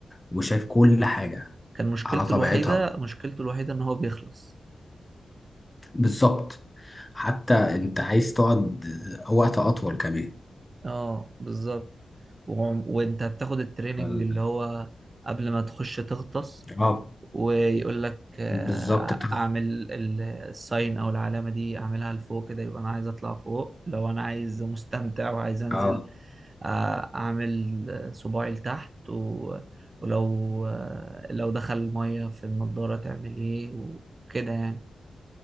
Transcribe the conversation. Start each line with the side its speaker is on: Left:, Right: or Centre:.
Left: وشايف كل حاجة
Right: كان مشكلته
Left: على طبيعتها
Right: الوحيدة مشكلته الوحيدة إن هو بيخلص
Left: بالظبط حتى أنت عايز تقعد وقت أطول كمان
Right: اه بالظبط وعم- وانت هتاخد التريننج
Left: فال...
Right: اللي هو قبل ما تخش تغطس
Left: آه
Right: ويقول لك آه،
Left: بالظبط
Right: ع-
Left: بتاع
Right: اعمل ال- الساين او العلامه دي اعملها لفوق كده يبقى انا عايز اطلع فوق لو انا عايز مستمتع وعايز انزل
Left: آه
Right: آه، اعمل آه، صباعي لتحت و- ولو آه، لو دخل الميه في النضاره تعمل ايه وكده يعني